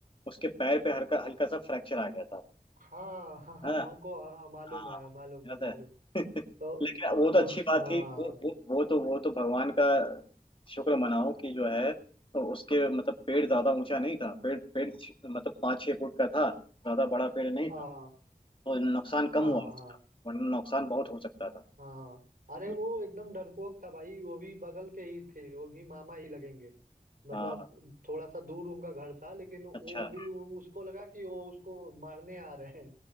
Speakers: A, on the left; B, on the right.
A: उसके पैर पे हल्का हल्का सा फ्रैक्चर आ गया था
B: हाँ हाँ हाँ
A: है ना।
B: हमको हाँ मालूम
A: हाँ
B: है मालूम
A: याद
B: है मालूम
A: है <laughs>
B: तो
A: लेकिन वो तो अच्छी
B: उस
A: बात
B: हाँ
A: थी वो वो वो तो वो तो भगवान का शुक्र मनाओ कि जो है तो उसके मतलब पेड़ ज्यादा ऊंचा नहीं था पेड़ पेड़ छ- मतलब पाँच छह फुट का था ज्यादा बड़ा पेड़ नहीं
B: हाँ
A: था तो नुकसान
B: हाँ
A: कम हुआ उसका
B: हाँ
A: वरना नुकसान बहुत हो सकता था
B: हाँ अरे
A: हम्म,
B: वो एकदम डरपोक था भाई वो भी बगल के ही थे वो भी मामा ही लगेंगे मतलब
A: हाँ
B: थोड़ा सा दूर उनका घर था लेकिन वो
A: अच्छा
B: भी उ- उसको लगा कि वो उसको मारने आ रहे हैं